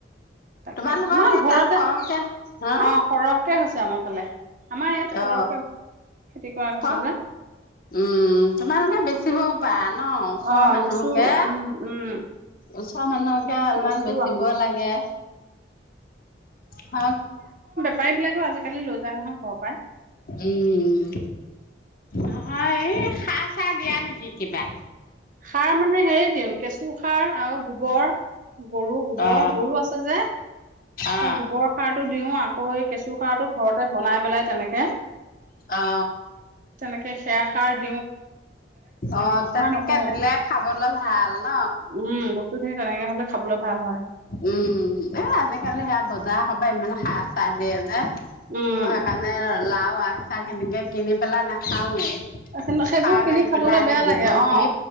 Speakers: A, on the right; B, on the left.
A: তাকে,
B: তোমালোকৰ
A: ন
B: সেই
A: ঘৰতে
B: তাত সৰহকে হা
A: অ, ঘৰহতে হৈছে। যামাৰ ফালে আমাৰ ইয়াত সৰহকে
B: অ,
A: খেতি কৰা গৈছে
B: ক,
A: যে
B: উম, তোমালোকে বেছি চিব পাৰা ন, ওচৰৰ
A: অ
B: মানুহকে,
A: বেচো উম উম
B: ওচৰৰ মানুহকে অলপমান
A: বেচো
B: বেচিব
A: আমি
B: লাগে হ
A: উপবিলাকও আজিকালি লৈ, যায় নহয় ঘৰৰ পৰাই।
B: উম, নহয় এই খা চা এই, দিয়া নেকি কিবা
A: সাৰ মানে, হেৰি দিওঁ কেঁচু খাৰ আৰু গোবৰ গৰু, গোবৰ
B: অ
A: গৰু আছে যে।
B: অ
A: সেই গোবৰৰ সাৰটো দিও, আকৌ এই কেঁচু সাৰটো ঘৰত তে, বনাই পেলাই তেনেকে,
B: অ
A: তেনেকে <unintelligible> ষাৰ
B: অ, তেনেকে
A: নকৰোঁ।
B: নিলে খাবলৈ ভাল ন।
A: উম, বস্তুখিনি তেনেকে হ'লে খাবলৈ ভাল হয়।
B: উম, এ, আজিকালি সেয়া বত া কবা ইমান খাৰ চাৰ দিয়ে যে।
A: উম।
B: মোৰ হেকাণে আ লাও আগ, চাগ সেনেকে কিনি পেল‌াই নাখাওৱে।
A: এইখিনি চবজি
B: সাৰ
A: কিনি
B: মাৰি
A: খাবলৈ
B: পেলাই আনি
A: বেয়া
B: দিবহি
A: লাগে। অ,